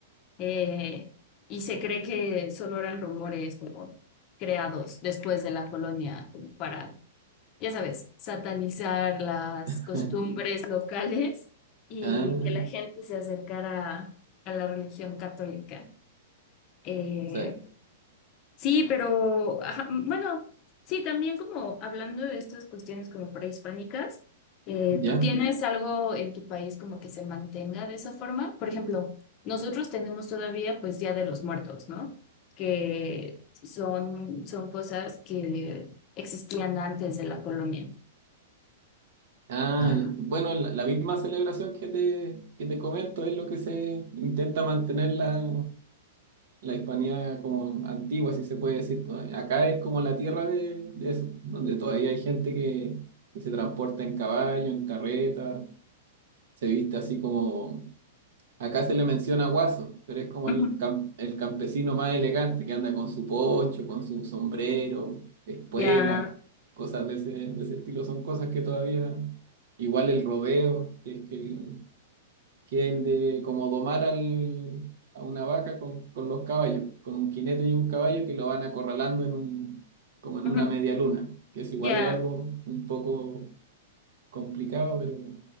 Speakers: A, on the left; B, on the right.
A: eh, y se cree que solo eran rumores como creados después de la colonia como para, ya sabes, satanizar las
B: <laughs>
A: costumbres locales y
B: ah,
A: que la gente se acercara a la religión católica. Eh,
B: exacto,
A: Sí, pero ajá, m- bueno, sí, también como hablando de estas cuestiones como prehispánicas, eh,
B: ya,
A: ¿tú tienes algo en tu país como que se mantenga de esa forma? Por ejemplo, nosotros tenemos todavía pues Día de los Muertos, ¿no? Que son, son cosas que existían antes de la colonia.
B: ah,
A: Ah,
B: ya. Bueno, la, la misma celebración que te, que te comento es lo que se intenta mantener la, la Hispania como antigua, si se puede decir. pues, Acá es como la tierra de, de eso, donde todavía hay gente que, que se transporta en caballo, en carreta, se viste así como... Acá se le menciona guaso, pero es como
A: Ujú.
B: el, cam- el campesino más elegante que anda con su poncho, con su sombrero, espuela,
A: Ya,
B: cosas de ese, de ese estilo. Son cosas que todavía, igual el rodeo, que es que el, que es el de como domar al, a una vaca con, con los caballos, con un jinete y un caballo que lo van acorralando en un, como en
A: ujú,
B: una media luna, que es igual
A: ya,
B: es algo un poco complicado, pero